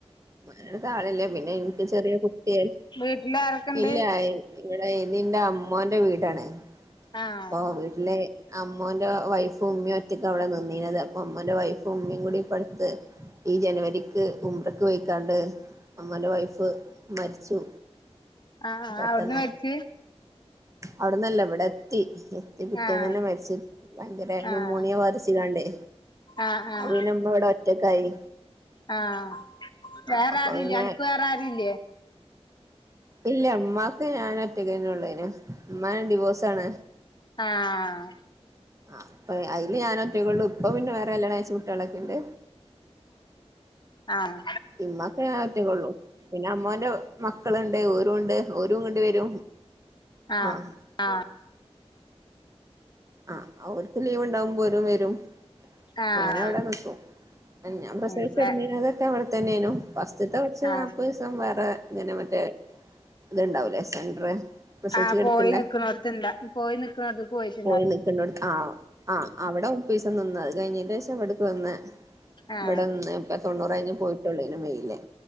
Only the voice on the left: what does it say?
വീട്ടില് ആരൊക്കെണ്ട്
ആഹ്
ആ
അവിടുന്ന് മരിച്ചേ
ആഹ്
ആഹ്
ആഹ് ആഹ്
ആഹ്
വേറെ
ആരൂല്ല
അനക്ക് വേറെ ആരുല്ലേ
ആഹ
ആഹ്
ആഹ
ആഹ
ആഹ്
ഉം വേ
ആഹ്
ആഹ
പോയി നിക്കക്കുന്നോടത്ത്ന്താ പോയി നക്കുന്നോടത്തക്ക് പോയിച്ച
ആഹ